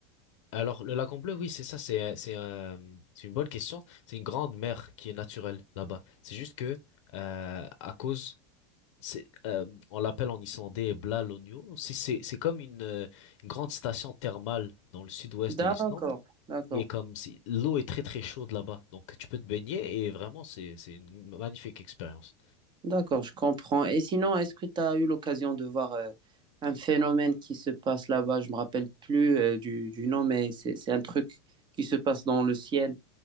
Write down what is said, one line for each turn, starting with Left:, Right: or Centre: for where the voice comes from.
Left: Alors, le lac en bleu, oui, c'est ça, c'est, c'est, euh, c'est une bonne question. C'est une grande mer qui est naturelle là-bas. C'est juste que, euh, à cause, c'est, euh, on l'appelle en islandais Blalonio. C'est, c'est, c'est comme une, euh, une grande station thermale dans le sud-ouest
Right: D'accord,
Left: de l'Islande.
Right: d'accord.
Left: Et comme si l'eau est très très chaude là-bas, donc tu peux te baigner et vraiment c'est c'est une magnifique expérience.
Right: D'accord, je comprends. Et sinon, est-ce que tu as eu l'occasion de voir euh, un phénomène qui se passe là-bas? Je me rappelle plus euh, du, du nom, mais c'est, c'est un truc qui se passe dans le ciel.